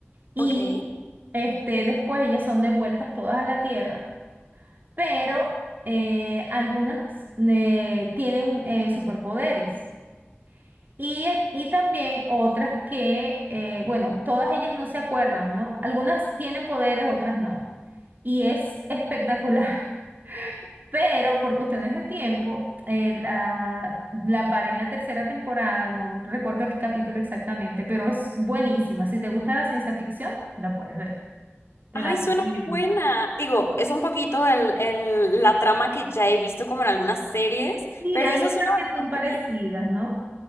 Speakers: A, on the right; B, on the left.
A: y
B: Ok.
A: este, después ellas son devueltas todas a la Tierra, pero eh, algunas eh, tienen eh, superpoderes. Y, y también otras que, eh, bueno, todas ellas no se acuerdan, ¿no? Algunas tienen poderes, otras no. Y es espectacular, <laughs> pero por cuestiones de tiempo, eh, la, la paré en la tercera temporada, no recuerdo qué capítulo exactamente, pero es buenísima. Si te gusta la ciencia ficción, la puedes ver. Te
B: Ay,
A: la recomiendo.
B: suena muy buena. Digo, es un poquito el, el- la trama que ya he visto como en algunas series,
A: Sí,
B: pero
A: hay
B: esa
A: otras
B: suena
A: que son
B: bastante
A: parecidas,
B: bien.
A: ¿no?